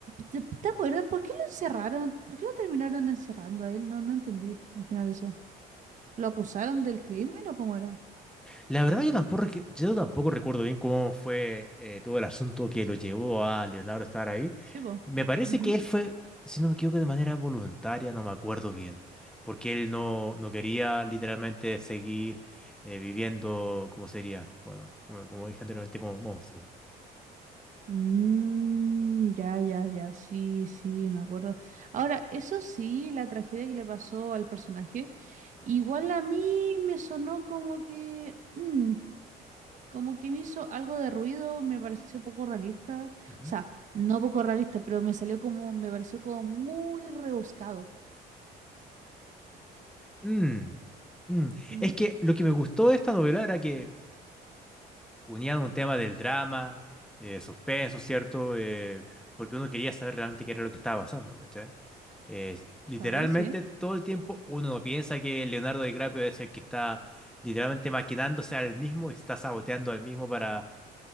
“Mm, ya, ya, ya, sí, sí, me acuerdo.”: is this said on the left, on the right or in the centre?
Right